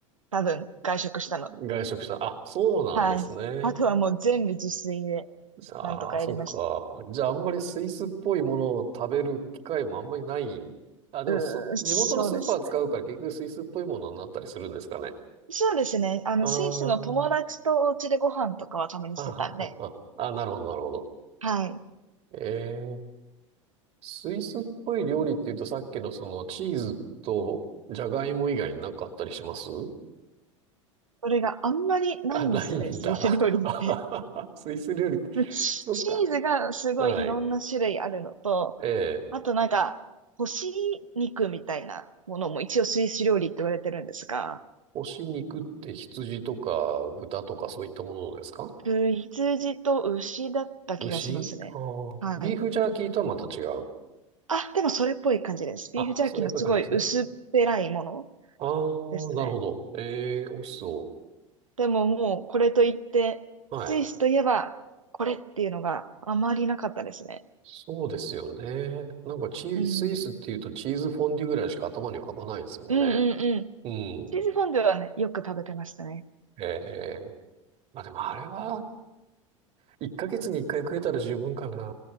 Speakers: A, on the right; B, on the right.
A: 多分、外食したの。
B: 外食した。あ、そうなんですね。
A: はい。あとはもう全部自炊で、
B: ああ、
A: なんとかやりました。
B: そっか。じゃあ、あんまりスイスっぽいものを食べる機会もあんまりない。あ、でもそ、
A: うーん、そうですね。
B: 地元のスーパー使うから結局スイスっぽいものになったりするんですかね。
A: そうですね。あの、
B: あ
A: スイスの友達とお家でご飯とかはたまにしてたんで、
B: あ、ああ、ああ、あなるほど、なるほど。
A: はい。
B: ええ、スイスっぽい料理っていうとさっきのそのチーズとジャガイモ以外になんかあったりします
A: それがあんまりないんですよね、
B: あ、ないんだ。
A: スイス料理って。
B: <laughs> スイス料理って、
A: チ、
B: そっか。
A: チーズがすごいいろんな種類あるのと、
B: はい。ええ。
A: あとなんか、干し肉みたいなものも一応スイス料理って言われてるんですが、
B: 干し肉って羊とか豚とかそういったものですか
A: 羊と牛だった気がしますね。
B: 牛ああビーフジャーキーとはまた違う。
A: はい。あ、でもそれっぽい感じです。
B: あ、
A: ビーフジャーキーのすごい薄っぺらいもの
B: それっぽい感じですね。ああ、な
A: ですね。
B: るほど。ええ、美味しそ
A: でももうこれといって、
B: う。
A: スイスといえばこれっていうのがあまりなかったですね。
B: はい。そうですよね。なんかチー、
A: うん。
B: スイスっていうとチーズフォンデュぐらいしか頭に浮かばないですもんね。
A: うんうんうん。
B: う
A: チーズフォンデュはね、
B: ん。
A: よく食べてましたね。
B: ええ。まあでもあれは、1ヶ月に1回食えたら十分かな。